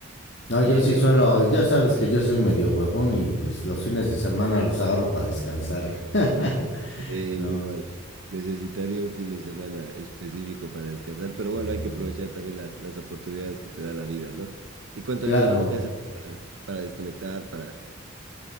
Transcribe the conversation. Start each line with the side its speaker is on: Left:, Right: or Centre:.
Left: No,
Right: Sí,
Left: yo sí
Right: mi hermano.
Left: suelo, ya sabes que yo soy medio huevón y pues los fines de semana los agarro para descansar. <laughs>
Right: Eh,
Left: No,
Right: igual. Necesitaría un fin de semana específico para descansar, pero
Left: sí.
Right: bueno, hay que aprovechar también las, las oportunidades que te da la vida, ¿no? Y cuéntame,
Left: Claro.
Right: mi hermano, ¿qué haces tú para, para desconectar, para...